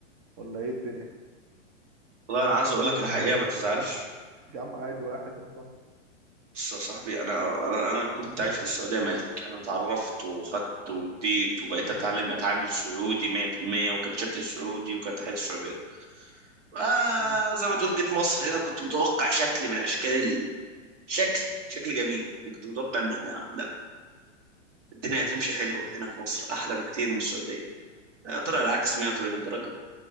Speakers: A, on the right (about 30°); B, on the right (about 75°).
A: ولا ايه الدنيا
B: والله انا عايز اقول لك الحقيقه ما تزعلش
A: يا عم عادي واحد والله
B: بص يا صاحبي انا انا انا كنت عايش في السعوديه ملك انا اتعرفت وخدت واديت وبقيت اتعلم اتعامل سعودي 100% وكان شكلي سعودي وكانت حياتي سعوديه آه
A: مم.
B: زي ما تقول جيت مصر هنا كنت متوقع شكل من اشكال ال- شكل شكل جميل انا كنت متوقع ان احنا لا الدنيا هتمشي حلوه هنا في مصر احلى بكتير من السعوديه آه، طلع العكس 180 درجه